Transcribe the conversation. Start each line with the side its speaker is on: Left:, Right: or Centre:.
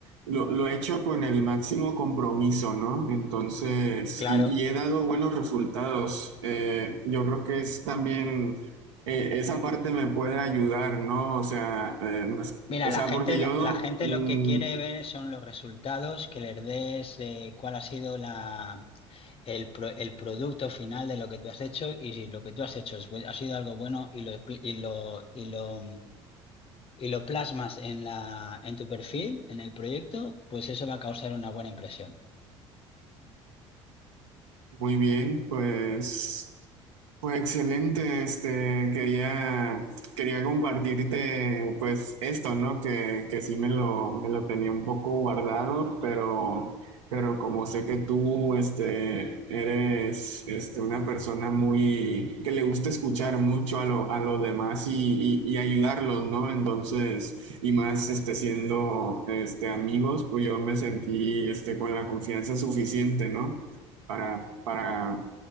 Right: lo, lo he hecho con el máximo compromiso, ¿no? Entonces,
Left: Claro.
Right: y, y he dado buenos resultados. Eh, yo creo que es también, eh, esa parte me puede ayudar, ¿no? O sea, eh, más-
Left: Mira,
Right: o sea,
Left: la gente,
Right: porque
Left: la,
Right: yo...
Left: la gente
Right: mm,
Left: lo que quiere ver son los resultados, que les des eh, cuál ha sido la, el, pro- el producto final de lo que tú has hecho y si lo que tú has hecho es bu- ha sido algo bueno y lo, expli- y lo, y lo, y lo plasmas en la, en tu perfil, en el proyecto, pues eso va a causar una buena impresión.
Right: Muy bien, pues. Pues excelente, este, quería, quería compartirte pues esto, ¿no? Que, que sí me lo, me lo tenía un poco guardado, pero, pero como sé que tú, este, eres, este, una persona muy, que le gusta escuchar mucho a lo, a los demás y, y, y ayudarlos, ¿no? Entonces, y más, este, siendo, este, amigos, pues yo me sentí, este, con la confianza suficiente, ¿no? para, para